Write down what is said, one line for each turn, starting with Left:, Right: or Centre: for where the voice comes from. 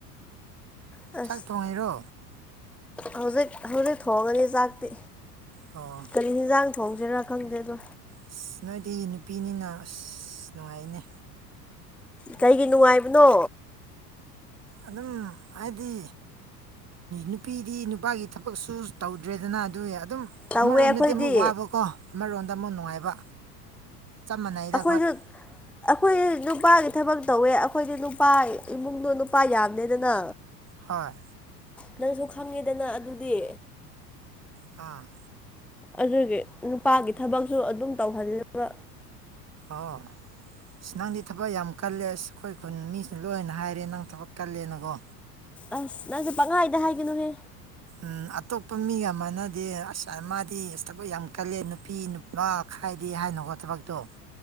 Centre: ꯑꯁ
Right: ꯆꯥꯛ ꯊꯣꯡꯉꯤꯔꯣ
Centre: ꯍꯧꯖꯤꯛ ꯍꯧꯖꯤꯛ ꯊꯣꯛꯉꯅꯤ ꯆꯥꯛꯇꯤ
Right: ꯑꯣ
Centre: ꯀꯔꯤ ꯏꯟꯖꯥꯡ ꯊꯣꯡꯁꯤꯔꯥ ꯈꯪꯗꯦ ꯑꯗꯣ
Right: ꯑꯁ ꯅꯣꯏꯗꯤ ꯅꯨꯄꯤꯅꯤꯅ ꯑꯁ ꯅꯨꯡꯉꯥꯏꯅꯦ
Centre: ꯀꯩꯒꯤ ꯅꯨꯡꯉꯥꯏꯕꯅꯣ
Right: ꯑꯗꯨꯝ ꯍꯥꯏꯗꯤ ꯅꯨꯄꯤꯗꯤ ꯅꯨꯄꯥꯒꯤ ꯊꯕꯛꯁꯨ ꯇꯧꯗ꯭ꯔꯦꯗꯅ ꯑꯗꯨꯏ ꯑꯗꯨꯝ
Centre: ꯇꯧꯋꯦ
Right: ꯑꯃꯔꯣꯝꯗꯗꯤ
Centre: ꯑꯩꯈꯣꯏꯗꯤ
Right: ꯑꯃꯨꯛ ꯋꯥꯕꯀꯣ ꯑꯃꯔꯣꯝꯗ ꯑꯃꯨꯛ ꯅꯨꯡꯉꯥꯏꯕ ꯆꯞ ꯃꯥꯟꯅꯩꯗ
Centre: ꯑꯩꯈꯣꯏꯁꯨ
Right: ꯑꯩꯈꯣꯏ
Centre: ꯑꯩꯈꯣꯏ ꯅꯨꯄꯥꯒꯤ ꯊꯕꯛ ꯇꯧꯋꯦ ꯑꯩꯈꯣꯏꯗꯤ ꯅꯨꯄꯥ ꯏꯃꯨꯡꯗꯣ ꯅꯨꯄꯥ ꯌꯥꯝꯃꯦꯗꯅ
Right: ꯍꯣꯏ
Centre: ꯅꯪꯁꯨ ꯈꯪꯉꯦꯗꯅ ꯑꯗꯨꯗꯤ
Right: ꯍꯥ
Centre: ꯑꯗꯨꯒꯤ ꯅꯨꯄꯥꯒꯤ ꯊꯕꯛꯁꯨ ꯑꯗꯨꯝ ꯇꯧꯍꯟꯂꯦꯕ
Right: ꯑꯣ ꯑꯁ ꯅꯪꯗꯤ ꯊꯕꯛ ꯌꯥꯝ ꯀꯜꯂꯦ ꯑꯁ ꯑꯩꯈꯣꯏ ꯈꯨꯟ ꯃꯤꯁꯤꯅ ꯂꯣꯏꯅ ꯍꯥꯏꯔꯦ ꯅꯪ ꯊꯕꯛ ꯀꯜꯂꯦꯅꯀꯣ
Centre: ꯑꯁ ꯅꯪꯁꯨ ꯄꯪꯍꯥꯏꯗ ꯍꯥꯏꯒꯅꯨꯍꯦ
Right: ꯎꯝ ꯑꯇꯣꯞꯄ ꯃꯤꯒ ꯃꯥꯟꯅꯗꯦ ꯑꯁ ꯃꯥꯗꯤ ꯊꯕꯛ ꯌꯥꯝ ꯀꯜꯂꯦ ꯅꯨꯄꯤ ꯅ ꯈꯥꯏꯗꯤ ꯍꯥꯏꯅꯨꯀꯣ ꯊꯕꯛꯇꯣ